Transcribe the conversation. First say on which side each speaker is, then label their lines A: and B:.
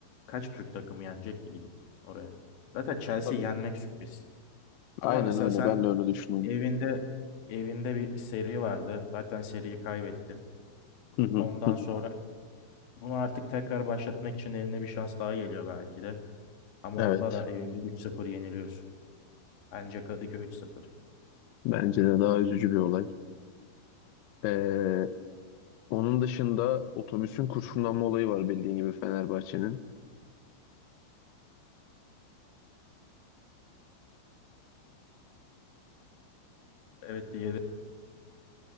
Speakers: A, on the left; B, on the left.
A: kaç Türk takımı yenecek ki gidip oraya? Zaten Chelsea
B: Tabii.
A: yenmek sürpriz. Ama
B: Aynen
A: mesela
B: öyle.
A: sen
B: Ben de öyle düşünüyorum.
A: Evinde evinde bir seri vardı. Zaten seriyi kaybettin.
B: Hı hı,
A: Ondan
B: hı.
A: sonra bunu artık tekrar başlatmak için eline bir şans daha geliyor belki de. Ama
B: Evet.
A: onda da evinde üç sıfır yeniliyorsun. Bence Kadıköy üç sıfır.
B: Bence de daha üzücü bir olay. Ee, onun dışında otobüsün kurşunlanma olayı var bildiğin gibi Fenerbahçe'nin.
A: Evet diğeri.